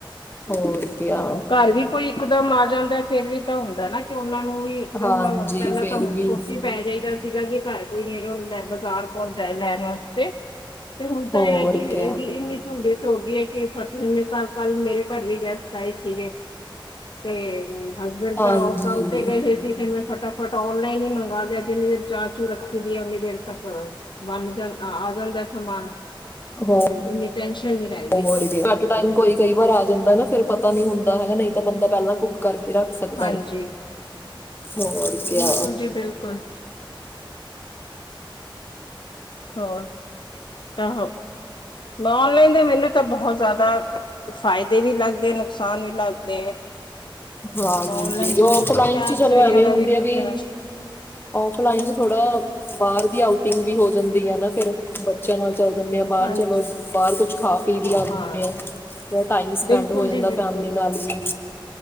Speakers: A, on the left; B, on the left.
A: ਹੋਰ ਕਿਆ
B: ਹ ਘਰ ਵੀ ਕੋਈ ਇਕਦਮ ਆ ਜਾਂਦਾ ਫਿਰ ਵੀ ਤਾਂ ਹੁੰਦਾ ਨਾ ਤੇ ਉਹਨਾ ਨੂੰ ਵੀ ਇੱਕਦਮ
A: ਹਾਂਜੀ
B: ਪਹਿਲਾਂ
A: ਫਿਰ
B: ਤਾਂ ਓਹ
A: ਵੀ
B: ਸੋਚੀ ਪੈ ਜਾਏਗਾ ਸੀਗਾ ਸੀ ਘਰ ਕੋਈ ਨ ਹੈਗਾ ਬਾਜ਼ਾਰ ਕੋਣ ਜਾਏ ਲੈਣ ਵਾਸਤੇ ਤੇ ਹੁਣ ਤਾਂ
A: ਹੋਰ
B: ਇਹ ਕਿ
A: ਕਿਆ
B: ਇਹਦੀ ਇੰਨੀ ਸੂਲੀਹਤ ਹੋ ਗਈ ਹੈ ਕਿ ਸਤ ਹਮੇ ਤਾ ਕੱਲ ਮੇਰੇ ਘਰ ਵੀ ਗੈਸਟ ਆਈ ਸੀਗੇ ਤੇ ਹਸਬੈਂਡ
A: ਹਾਂਜੀ
B: ਤਾਂ ਉਹ ਕੰਮ ਤੇ ਗਏ ਸੀ ਫਟਾਫਟ, ਔਨਲਾਈਨ ਹੀ ਮੰਗਾ ਦੇ, ਜਿੰਨੀ ਦੇਰ ਚਾਹਅ- ਚੂ ਰੱਖੀ ਦੀ ਹੈ। ਉਓਨੀ ਦੇਰ ਤੱਕ। ਬੰਣ ਜਾਂ, ਆ ਜਾਂਦਾ ਏ ਸਮਾਨ।
A: ਹੋਰ,
B: ਇੰਨੀ ਟੈਨਸ਼ਨ ਨਹੀਂ ਰਹਿੰਦੀ
A: ਹੋਰ
B: ਹੁਣ
A: ਕੀ। ਟੇ ਟੇਮ, ਕੋਈ, ਕਈ ਵਾਰ ਆ ਜਾਂਦਾ ਨਾ। ਫੇਰ ਪਤਾ ਨੀ ਹੁੰਦਾ ਹੈਗਾ। ਨਹੀਂ ਤਾਂ ਬੰਦਾ ਪਹਿਲਾਂ, ਕੁੱਕ ਕਰਕੇ ਰੱਖ। ਸਕਦਾ,
B: ਹਾਂਜੀ
A: ਹੋਰ ਕਿਆ।
B: ਬਿਲਕੁਲ ਜੀ ਬਿਲਕੁਲ ਹੋਰ, ਤਾਂ ਔਨਲਾਈਨ ਦੇ ਮੈਨੂੰ ਤਾਂ ਬਹੁਤ ਜ਼ਿਆਦਾ। ਫਾਇਦੇ ਵੀ ਲੱਗਦੇ, ਨੁਕਸਾਨ ਵੀ ਲੱਗਦੇ ਹੈ।
A: ਹਾਂਜੀ।
B: ਆਪਾਂ ਔਨਲਾਈਨ ਜਿਵੇਂ
A: ਆਫ ਲਾਈਨ
B: ਕੈਬਸ
A: ਚ, ਚਲੋ
B: ਵਗੈਰਾ
A: ਐਵੇਂ ਹੁੰਦੇ
B: ਬੁੱਕ
A: ਆ ਵੀ।
B: ਕਰਾ
A: ਔਫ ਲਈਨ ਚ, ਥੋੜਾ ਬਾਹਰ ਦੀ, ਆਊਟਿੰਗ ਵੀ ਹੋ ਜਾਂਦੀ ਆ। ਨਾ ਫੇਰ। ਬੱਚਿਆਂ ਨਾਲ, ਚੱਲ ਜਾਂਦੇ ਆ ਬਾਹਰ।
B: ਹਾਂਜੀ
A: ਚਲੋ ਬਾਹਰ ਕੁਛ ਖਾ- ਪੀ ਵੀ ਆਦੇ
B: ਹਾਂ
A: ਆ। ਥੋੜਾ ਟਾਈਮ ਸਪੈਂਡ
B: ਬਿਲਕੁਲ
A: ਹੋ ਜਾਂਦਾ।
B: ਜੀ ਬਿਲਕੁਲ
A: ਫੈਮਲੀ ਨਾਲ ਵੀ।